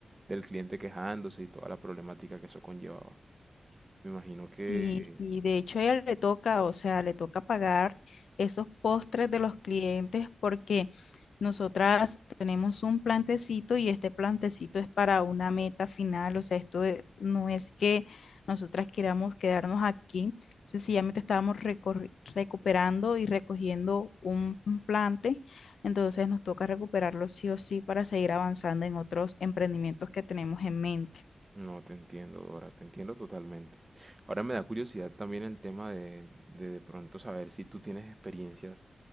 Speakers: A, on the right (about 25°); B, on the left (about 85°).
A: del cliente quejándose y toda la problemática que eso conllevaba. Me imagino
B: Sí,
A: que
B: sí, de hecho a ella le toca, o sea, le toca pagar esos postres de los clientes porque nosotras tenemos un plantecito y este plantecito es para una meta final, o sea, esto e- no es que nosotras queramos quedarnos aquí, sencillamente estábamos recorri- recuperando y recogiendo un, un plante, entonces nos toca recuperarlo sí o sí para seguir avanzando en otros emprendimientos que tenemos en mente.
A: No, te entiendo, Dora, te entiendo totalmente. Ahora me da curiosidad también el tema de de, de pronto saber si tú tienes experiencias